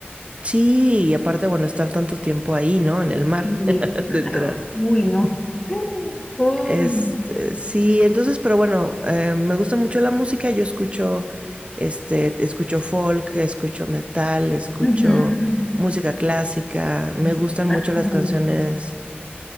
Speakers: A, on the right (about 30°); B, on the left (about 20°).
A: Sí, y aparte, bueno, estar tanto tiempo ahí, ¿no? En el mar,
B: Sí,
A: <laughs>
B: claro.
A: de entrada.
B: Uy, no. <gasps> <laughs> Uy.
A: Es, eh, sí, entonces, pero bueno, eh, me gusta mucho la música. Yo escucho, este, escucho folk, escucho metal, escucho
B: Ujú.
A: música clásica. Me
B: Sí,
A: gustan
B: claro,
A: mucho
B: qué
A: las
B: bonito.
A: canciones.